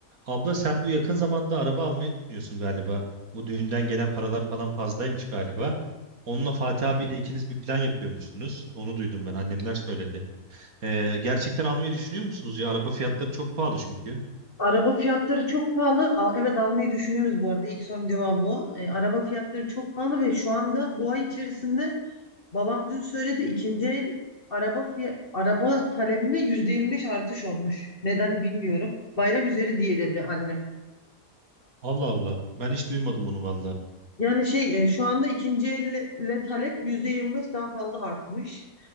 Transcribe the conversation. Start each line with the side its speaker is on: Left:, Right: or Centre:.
Right: Abla sen bu yakın zamanda araba almayı düşünüyorsun galiba. Bu düğünden gelen paralar falan fazlaymış galiba. Onunla Fatih abiyle ikiniz bir plan yapıyormuşsunuz. Onu duydum ben. Annemler söyledi. Ee, gerçekten almayı düşünüyor musunuz ya? Araba fiyatları çok pahalı çünkü.
Left: Araba fiyatları çok pahalı. Al- Evet almayı düşünüyoruz bu arada. İlk sorunun cevabı o. E, araba fiyatları çok pahalı ve şu anda bu ay içerisinde babam dün söyledi ikinci el araba fiy- araba talebinde yüzde yirmi beş artış olmuş. Neden bilmiyorum. Bayram üzeri diye dedi annem.
Right: Allah Allah. Ben hiç duymadım onu valla.
Left: Yani şey e, şu anda ikinci elle talep yüzde yirmi beş daha fazla artmış.